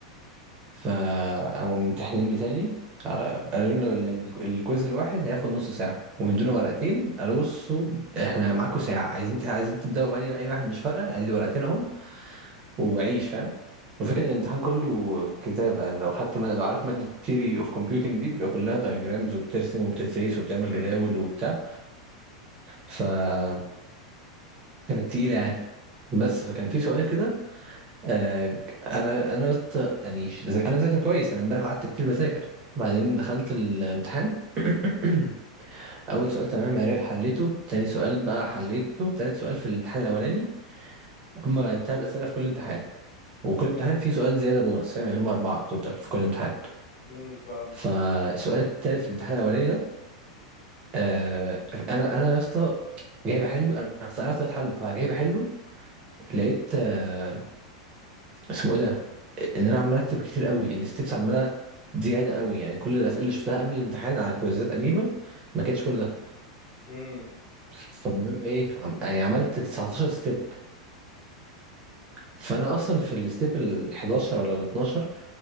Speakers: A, on the right; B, on the left.
A: فقاموا ممتحنيني تاني على- قالوا لنا ال- ال- الكويز الواحد هياخد نص ساعه ومدونا ورقتين قالوا بصوا احنا معاكم ساعه عايزين عايزين تبداوا بأي اي واحد مش فارقه ادي ورقتين اهم وعيش فاهم الفكرة ان الامتحان كله كتابة يعني لو خدت مادة لو عارف مادة theory of computing دي بيبقى كلها diagrams وبترسم وبتتسيس وبتعمل
B: امم
A: جداول وبتاع فكانت تقيلة يعني بس فكان في سؤال كده آه، انا انا يا اسطى يعني ش- ذا- انا مذاكر كويس انا امبارح قعدت كتير بذاكر بعدين دخلت الامتحان <coughs> <clears throat> اول سؤال تمام عرف- حليته تاني سؤال بقى حليته تالت سؤال في الامتحان الاولاني هما تلات اسئلة في كل امتحان وكل امتحان فيه سؤال زيادة بونص فاهم يعني هما أربعة توتال في كل امتحان
B: امم فاهم
A: فالسؤال التالت في الامتحان الاولاني ده آه انا انا يا اسطى جاي بحله انا أصلاً عرفت طريقة حله فجاي بحله لقيت آه اسمه ايه ده ان انا عمال اكتب كتير قوي الستبس عماله زياده قوي يعني كل الاسئله اللي شفتها قبل الامتحان على كويزات قديمه ما كانتش كل ده
B: امم
A: فالمهم ايه عم... يعني عملت 19 ستيب فانا اصلا في الستيب ال 11 ولا ال 12